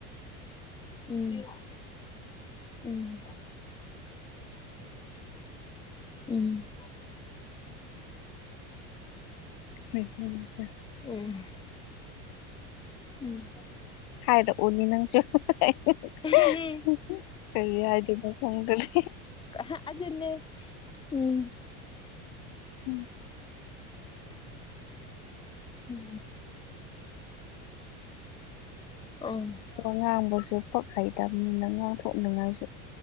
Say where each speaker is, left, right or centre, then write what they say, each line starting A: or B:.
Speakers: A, on the left; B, on the left.
A: ꯎꯝ ꯎꯝ ꯎꯝ <unintelligible>
B: ꯍꯩ ꯍꯨꯝ ꯍꯥ
A: ꯎꯝ ꯎꯝ
B: ꯍꯥꯏꯔꯛꯑꯣꯅꯦ ꯅꯪꯁꯨ <unintelligible>
A: ꯎꯝ
B: ꯀꯔꯤ ꯍꯥꯏꯗꯣꯢꯅꯣ ꯈꯪꯗꯔꯦ
A: ꯑꯍꯥ ꯑꯗꯨꯟꯅꯦ ꯎꯝ
B: ꯎꯝ
A: ꯎꯝ ꯑꯝ
B: ꯑꯣ ꯉꯥꯡꯕꯁꯨ ꯄꯛ ꯍꯩꯇꯕꯅꯤꯅ ꯉꯥꯡꯊꯣꯛꯅꯤꯡꯉꯥꯏꯁꯨ